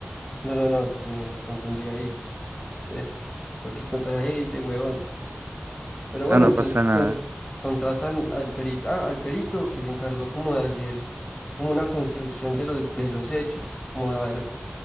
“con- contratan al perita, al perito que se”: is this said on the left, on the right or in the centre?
Left